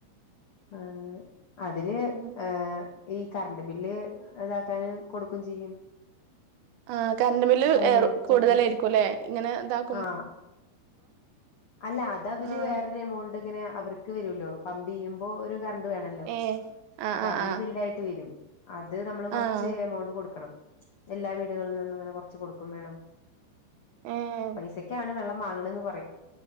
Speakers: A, on the left; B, on the right.
A: ആഹ് അതിന്
B: ഉം
A: ഏഹ് ഈ കറണ്ട് ബില്ല് ഇതാക്കാന് കൊടുക്കും ചെയ്യും
B: ആഹ് കറണ്ട് ബില്ല്
A: എത്ര
B: ഏറ്
A: നൂറ്റമ്പത്
B: കൂട്തലേയിരിക്കുംല്ലെ ഇങ്ങനെ ഇതാക്കു
A: ആഹ് അല്ല അതവര്
B: ആഹ്
A: വേറൊരു എമൗണ്ട് ഇങ്ങനെ അവർക്ക് വെരൊല്ലോ പമ്പ് ചെയ്യുമ്പോ ഒരു കറണ്ട് വേണല്ലോ
B: ഏഹ് ആഹ്
A: അപ്പ
B: ആഹ്
A: അതിന് ബില്ലായിട്ട് വെരും അത് നമ്മള് കൊറച്ച്
B: ആഹ്
A: എമൗണ്ട് കൊടുക്കണം എല്ലാ വീടുകളിൽ നിന്നും ഇങ്ങനെ കൊർച്ച് കൊടുക്കും വേണം
B: ആഹ് ഏഹ്
A: പൈസക്കാണ് വെള്ളം വാങ്ങ്ണ്ന്ന്